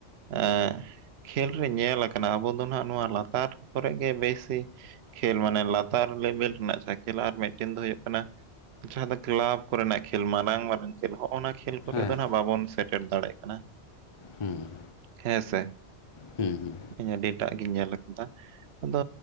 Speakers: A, on the right (about 65°); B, on the left (about 35°).
A: ᱮᱸ ᱠᱷᱮᱞ ᱨᱮ ᱧᱮᱞ ᱠᱟᱱᱟ ᱟᱵᱚ ᱫᱚ ᱱᱟᱦᱟᱜ ᱱᱚᱣᱟ ᱞᱟᱛᱟᱨ ᱠᱚᱨᱮ ᱜᱮ ᱵᱮᱥᱤ ᱠᱷᱮᱞ ᱢᱟᱱᱮ ᱞᱟᱛᱟᱨ ᱞᱮᱵᱮᱞ ᱨᱮᱱᱟᱜ ᱡᱟᱦᱟᱸ ᱠᱷᱮᱞ ᱟᱨ ᱢᱤᱫᱴᱮᱱ ᱫᱚ ᱦᱩᱭᱩᱜ ᱠᱟᱱᱟ ᱡᱟᱦᱟᱸ ᱫᱚ ᱠᱞᱟᱵᱽ ᱠᱚ ᱨᱮᱱᱟᱜ ᱠᱷᱮᱞ ᱢᱟᱨᱟᱝ ᱢᱟᱨᱟᱝ ᱠᱷᱮᱞ ᱦᱚᱜᱚᱼᱱᱟ ᱠᱷᱮᱞ ᱠᱚᱨᱮ
B: ᱦᱮᱸ
A: ᱫᱚ ᱱᱟᱜ ᱵᱟᱵᱚᱱ ᱥᱮᱴᱮᱨ ᱫᱟᱲᱮᱭᱟᱜ ᱠᱟᱱᱟ
B: ᱦᱩᱸ
A: ᱦᱮᱸ ᱥᱮ
B: ᱦᱩᱸ
A: ᱤᱧ ᱟᱹᱰᱤᱴᱟᱜ ᱜᱤᱧ ᱧᱮᱞ ᱟᱠᱟᱫᱟ ᱟᱫᱚ